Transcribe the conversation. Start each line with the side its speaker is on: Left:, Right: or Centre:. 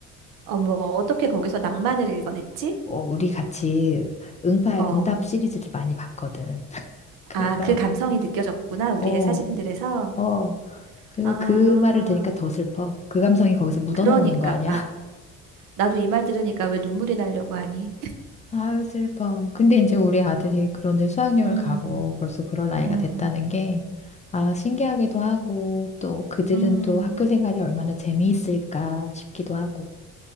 Right: 어머, 어떻게 거기서 낭만을 읽어냈지?
Left: 어, 우리 같이 응팔,
Right: 어,
Left: 응답 시리즈를 많이 봤거든. <laughs> 그래서,
Right: 아, 그 감성이 느껴졌구나, 우리의
Left: 어,
Right: 사진들에서.
Left: 어, 그,
Right: 아,
Left: 그 말을 들으니까 더 슬퍼. 그 감성이 거기서 묻어나오는
Right: 그러니까.
Left: 거 아니야?
Right: 나도 이 말 들으니까 왜 눈물이 나려고 하니?
Left: 아유, 슬퍼. 근데 이제 우리 아들이 그런 이제 수학여행을
Right: 음,
Left: 가고 벌써 그럴 나이가
Right: 음,
Left: 됐다는 게, 아, 신기하기도 하고, 또 그들은
Right: 음.
Left: 또 학교 생활이 얼마나 재미있을까 싶기도 하고.